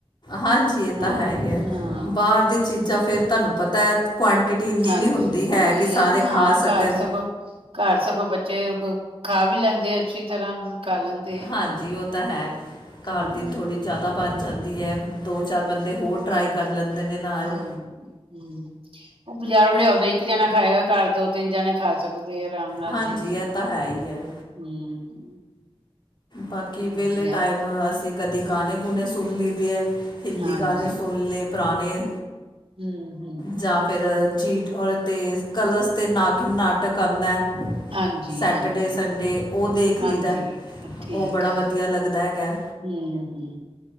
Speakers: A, on the left; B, on the right.
A: ਹਾਂਜੀ ਇਹ
B: ਹਾਂ-ਹਾਂ,
A: ਤਾਂ ਹੈ ਹੀ ਹੈ ਬਾਹਰ ਦੀ ਚੀਜ਼ਾਂ ਫਿਰ ਤੁਹਾਨੂੰ ਪਤਾ ਹੈ। ਕੁਆਂਟਿਟੀ ਇੰਨੀ
B: ਹਾਂਜੀ
A: ਨਹੀਂ ਹੁੰਦੀ ਹੈ
B: ਉਹੀ
A: ਕਿ ਸਾਰੇ
B: ਐ ਨਾ ਹਾਂ
A: ਖਾ ਸਕਣ
B: <unintelligible> ਘਰ ਸਗੋਂ ਬੱਚੇ ਖਾ ਵੀ ਲੈਂਦੇ ਆ ਅੱਛੀ ਤਰਾਂ ਖਾ ਲੈਂਦੇ
A: ਹਾਂਜੀ ਉਹ ਹੈ ਘਰ
B: ਹਮ
A: ਦੀ ਥੋੜ੍ਹੀ ਜ਼ਿਆਦਾ ਤਾਂ ਬਣ ਜਾਂਦੀ ਹੈ ਦੋ ਚਾਰ ਬੰਦੇ ਹੋਰ ਟਰਾਈ
B: ਹਾਂਜੀ।
A: ਕਰ ਲੈਂਦੇ ਨੇ ਨਾਲ
B: ਹਾਂ ਹਮ ਉਹ ਬਾਜ਼ਾਰੋਂ ਲਿਆਓ ਤਾਂ ਇੱਕ ਜਾਣਾ ਖਾਏਗਾ ਘਰ ਦੋ ਤਿੰਨ ਜਣੇ ਖਾ ਸਕਦੇ। ਦੇ ਆਰਾਮ ਨਾਲ
A: ਹਾਂਜੀ
B: ਜੀਜ਼ ਹਮ
A: ਇਹ ਤਾਂ ਹੈ ਹੀ ਹੈ ਬਾਕੀ ਵਿਹਲੇ
B: ਵਧੀਆ
A: ਟਾਈਮ ਅਸੀਂ ਕਦੀ ਗਾਣੇ ਗੂਣੇ ਸੁਣ ਲਈਦੇ ਹੈ। ਹਿੰਦੀ
B: ਹਾਂਜੀ
A: ਗਾਣੇ ਸੁਣ ਲਏ ਪੁਰਾਣੇ
B: ਹਮ ਹਮ
A: ਜਾਂ ਫਿਰ ਜੀਟ ਔਰ ਤੇਜ਼ ਕਲਰਸ ਤੇ ਨਾਗਿਨ ਨਾਟਕ ਆਉਂਦਾ
B: ਹਾਂਜੀ
A: ਸੈਟਰਡੇ
B: ਹਾਂਜੀ
A: ਸੰਡੇ ਉਹ ਦੇਖ ਵੇਖ ਲਈਦਾ
B: ਹਾਂਜੀ ਠੀਕ
A: ਉਹ ਬੜਾ
B: ਹੈ
A: ਵਧੀਆ ਲੱਗਦਾ ਹੈਗਾ।
B: ਹਮ ਹਮ